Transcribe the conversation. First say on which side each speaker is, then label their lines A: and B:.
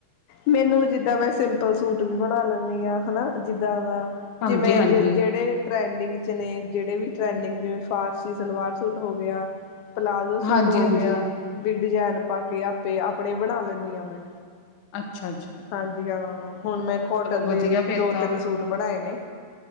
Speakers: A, on the left (about 70°); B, on the left (about 85°).
A: ਮੈਨੂੰ ਜਿੱਦਾਂ ਮੈਂ ਸਿੰਪਲ ਸੂਟ ਵੀ ਬਣਾ ਲੈਂਦੀ ਹਾਂ ਹਨਾ ਜਿੱਦਾਂ ਦਾ
B: ਹਾਂਜੀ-ਹਾਂਜੀ,
A: ਜਿਵੇਂ ਜ ਜੇੜੇ ਟ੍ਰੈਂਡਿੰਗ ਚ ਨੇ ਜਿਹੜੇ ਵੀ ਟ੍ਰੈਂਡਿੰਗ ਜਿਵੇਂ ਫਾਰਸੀ ਸਲਵਾਰ ਸੂਟ ਹੋ ਗਿਆ ਪਲਾਜ਼ੋ
B: ਹਾਂਜੀ-ਹਾਂਜੀ।
A: ਸੂਟ ਹੋ ਗਿਆ ਵੀ ਡਜੈਨ ਪਾ ਕੇ ਆਪੇ ਆਪਣੇ ਬਣਾ ਲੈਂਨੀ ਆਂ ਮੈਂ
B: ਅੱਛਾ ਅੱਛਾ
A: ਹਾਂਜੀ ਹਾਂ ਹੁਣ ਮੈਂ ਕੋਟਨ
B: ਵਧੀਆ
A: ਦੇ
B: ਫੇਰ
A: ਦੋ ਤਿੰਨ ਸੂਟ ਬਣਾਏ ਨੇ